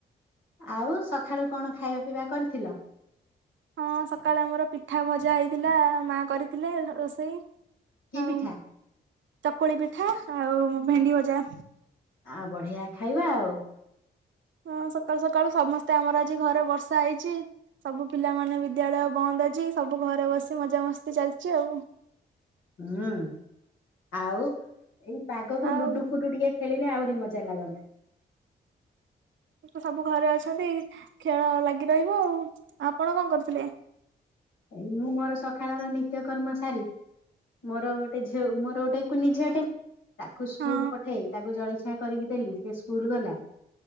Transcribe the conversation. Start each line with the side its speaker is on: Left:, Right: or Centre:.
Left: ଆଉ ସଖାଳୁ କଣ ଖାଇବା ପିଇବା କରିଥିଲ?
Right: ହଁ ସକାଳେ ଆମର ପିଠା ଭଜା ହେଇଥିଲା। ମା କରିଥିଲେ ରୋଷେଇ।
Left: କି
Right: ଆଉ
Left: ପିଠା?
Right: ଚକୁଳି ପିଠା ଆଉ ଭେଣ୍ଡି ଭଜା।
Left: ଆଉ ବଢିଆ ଖାଇବା ଆଉ।
Right: ହଁ ସକାଳୁ ସକାଳୁ ସମସ୍ତେ ଆମର ଆଜି ଘରେ ବର୍ଷା ହେଇଛି। ସବୁ ପିଲାମାନେ ବିଦ୍ୟାଳୟ ବନ୍ଦ ଅଛି। ସବୁ ଘରେ ବସି ମଜାମସ୍ତି ଚାଲିଚି ଆଉ।
Left: ହୁଁ, ଆଉ ଏଇ ପାଗକୁ
Right: ଆଉ
Left: ଲୁଡୁ ଫୁଡୁ ଟିକେ ଖେଳିନେ ଆହୁରି ମଜା ଲାଗନ୍ତା।
Right: ତ ସବୁ ଘରେ ଅଛନ୍ତି ଖେଳ ଲାଗି ରହିବ ଆଉ। ଆପଣ କଣ କରୁଥିଲେ?
Left: ଏଇ ମୁଁ ମୋର ସଖାଳ ର ନିତ୍ୟ କର୍ମ ସାରି ମୋର ଗୋଟେ ଝିଅ, ମୋର ଗୋଟେ କୁନି ଝିଅଟେ ତାକୁ ସ୍କୁଲ୍
Right: ହଁ
Left: ପଠେଇ। ତାକୁ ଜଳଖିଆ କରିକି ଦେଲି ସେ ସ୍କୁଲ୍ ଗଲା।